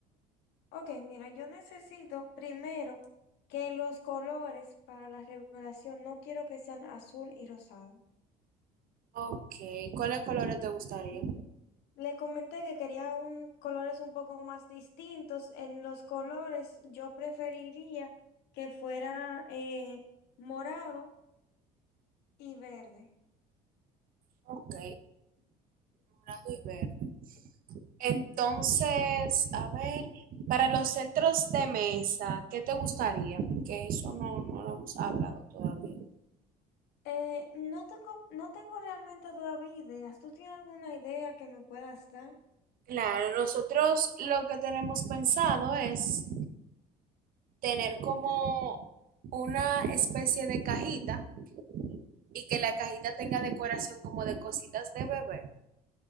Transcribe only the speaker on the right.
Ok, ¿cuáles colores te gustaría?
Ok, morado y verde. Entonces, a ver, para los centros de mesa, ¿qué te gustaría? Que eso no, no lo hemos hablado todavía.
Claro, nosotros lo que tenemos pensado es tener como una especie de cajita y que la cajita tenga decoración como de cositas de bebé.